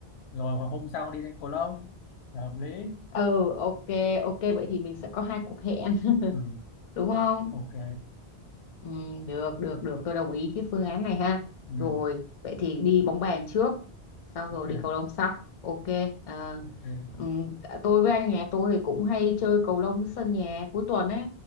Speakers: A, on the left (about 85°); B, on the left (about 45°).
A: rồi vào hôm sau đi đánh cầu lông là hợp lý
B: ừ ok ok vậy thì mình sẽ có hai cuộc hẹn <laughs>
A: ừ,
B: đúng không
A: ok
B: Ừ, được được được tôi đồng ý cái phương án này ha
A: ừ.
B: rồi vậy thì đi bóng bàn trước sau
A: ok
B: rồi đi cầu lông sau ok ờ,
A: ok
B: ừm, tôi với anh nhà tôi thì cũng hay chơi cầu lông dưới sân nhà cuối tuần ấy